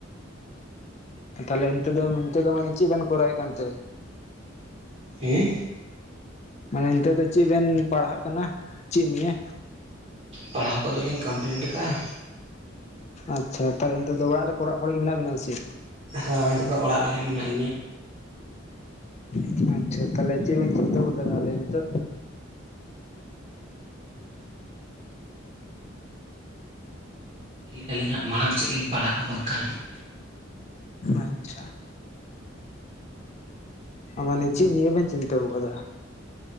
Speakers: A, on the left (about 35°); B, on the right (about 35°).
A: ᱛᱟᱦᱚᱞᱮ ᱱᱤᱛ ᱫᱚ ᱱᱤᱛᱚᱜ ᱫᱚ ᱢᱟᱱᱮ ᱪᱮᱫ ᱵᱮᱱ ᱠᱚᱨᱟᱣᱮᱫ ᱠᱟᱱᱛᱮ?
B: ᱦᱮᱸ,
A: ᱢᱟᱱᱮ ᱱᱤᱛᱚᱜ ᱫᱚ ᱪᱮᱫ ᱵᱮᱱ ᱯᱟᱲᱦᱟᱜ ᱠᱟᱱᱟ? ᱪᱮᱜ ᱱᱤᱭᱮ?
B: ᱯᱟᱲᱦᱟᱣ ᱠᱚᱫᱚᱞᱤᱧ ᱠᱟᱢᱯᱞᱤᱴ ᱠᱟᱜᱼᱟ᱾
A: ᱟᱪᱪᱷᱟ ᱛᱟᱦᱚᱞᱮ ᱱᱤᱛᱚᱜ ᱫᱚ ᱚᱲᱟᱜ ᱨᱮ ᱚᱲᱟᱜ ᱠᱚᱨᱮ ᱜᱮ ᱢᱮᱱᱟᱜ ᱵᱮᱱᱟ ᱥᱮ,
B: ᱦᱮᱸ ᱱᱤᱛᱳᱜ ᱫᱚ ᱚᱲᱟᱜ ᱨᱮ ᱦᱟᱸᱜ ᱢᱮᱱᱟᱜ ᱞᱤᱧᱟ᱾
A: ᱟᱪᱪᱷᱟ ᱟᱪᱪᱷᱟ ᱛᱟᱦᱚᱞᱮ ᱪᱮᱫ ᱵᱤᱱ ᱪᱤᱱᱛᱟ ᱟᱠᱟᱫᱟ ᱱᱤᱛᱚᱜ?
B: ᱞᱟ. ᱭ ᱟᱹᱞᱤᱧ ᱦᱟᱸᱜ ᱢᱟᱲᱟᱝ ᱥᱮᱫ ᱞᱤᱧ ᱯᱟᱲᱦᱟᱜᱼᱟ ᱵᱟᱝᱠᱷᱟᱱ ᱦᱟᱸᱜ
A: ᱟᱪᱪᱷᱟ᱾ ᱢᱟᱱᱮ ᱪᱮᱜ ᱱᱤᱭᱟᱹ ᱵᱮᱱ ᱪᱤᱱᱛᱟᱹᱣ ᱟᱠᱟᱫᱟ?